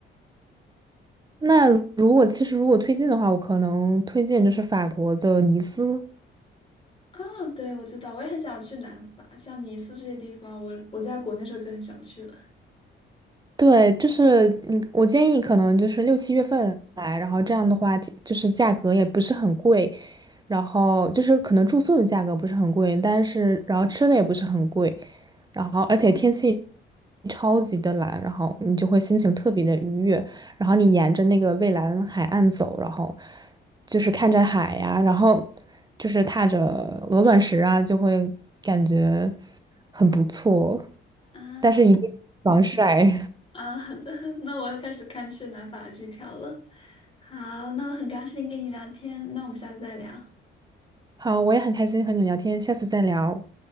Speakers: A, on the right (about 20°); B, on the left (about 25°).
A: <laughs> 那如果其实如果推荐的话，我可能推荐就是法国的尼斯。
B: 啊，对，我知道，我也很想去南法，像尼斯这些地方，我我在国内时候就很想去了。
A: 对，就是嗯，我建议可能就是六七月份来，然后这样的话，就是价格也不是很贵，然后就是可能住宿的价格不是很贵，但是然后吃的也不是很贵，然后而且天气超级的蓝，然后你就会心情特别的愉悦，然后你沿着那个蔚蓝海岸走，然后就是看着海呀、然后就是踏着鹅卵石啊，就会感觉很不错，
B: 啊
A: 但是一定防晒。
B: 啊，好的，<laughs> 那我要开始看去南法的机票了。好，那我很高兴跟你聊天，那我们下次再聊。
A: 好，我也很开心和你聊天，下次再聊，